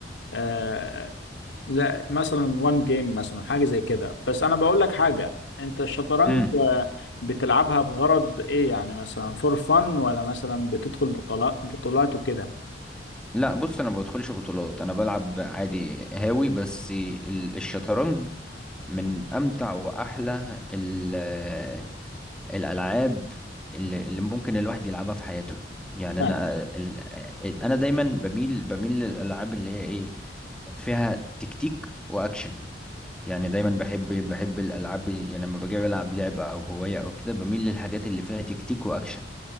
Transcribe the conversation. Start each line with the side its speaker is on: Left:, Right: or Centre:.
Left: آه، لا مثلا وان جيم مثلا حاجه زي كده بس انا بقول لك حاجه انت الشطرنج
Centre: امم
Left: آه، بتلعبها بغرض ايه يعني مثلا فور فن ولا مثلا بتدخل بطولات بطولات وكده
Centre: لا بص انا ما بدخلش بطولات انا بلعب عادي هاوي بس ال- الشطرنج من امتع واحلى ال- الالعاب اللي, اللي ممكن الواحد يلعبها في حياته يعني
Left: فاهم
Centre: انا ال- ال- انا دايما بميل بميل للالعاب اللي هي ايه فيها تكتيك واكشن يعني دايما بحب بحب الالعاب يعني لما باجي العب لعبه او هوايه او كده بميل للحاجات اللي فيها تكتيك واكشن